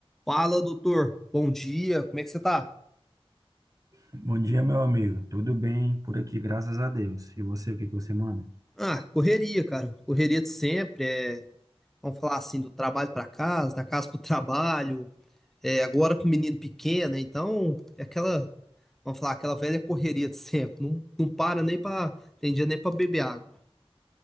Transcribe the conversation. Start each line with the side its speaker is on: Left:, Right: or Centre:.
Centre: Fala, doutor. Bom dia. Como é que você tá?
Right: Bom dia, meu amigo. Tudo bem por aqui, graças a Deus. E você, o que que você manda?
Centre: Ah, correria, cara. Correria de sempre. É, vamos falar assim, do trabalho pra casa, da casa pro trabalho. É, agora com o menino pequeno, né? Então, é aquela, vamos falar, aquela velha correria de sempre. Não, não para nem pra, tem dia nem pra beber água.